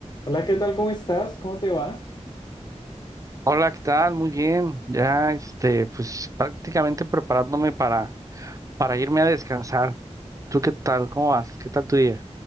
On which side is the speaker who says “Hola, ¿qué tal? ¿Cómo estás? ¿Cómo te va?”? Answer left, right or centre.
Left